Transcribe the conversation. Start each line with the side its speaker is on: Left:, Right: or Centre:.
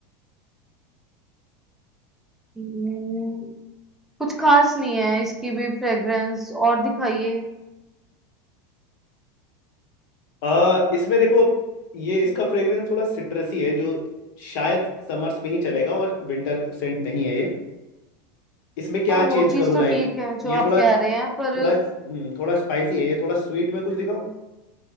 Centre: हम्म, कुछ खास नहीं है इसकी भी फ्रेग्रेंस और दिखाइए
Left: आ, इसमें देखो ये इसका
Centre: Okay.
Left: फ्रेग्रेंस थोड़ा सिट्रसी है जो शायद समर्स में ही चलेगा और विंटर सेंट नहीं है ये इसमें क्या
Centre: हाँ
Left: चेंज
Centre: वो चीज
Left: करो
Centre: तो
Left: लाइक
Centre: ठीक है जो
Left: ये
Centre: आप
Left: थोड़ा
Centre: कह रहे हैं
Left: थोड़ा
Centre: पर
Left: हम्म, थोड़ा स्पाइसी है ये थोड़ा स्वीट में कुछ दिखाओ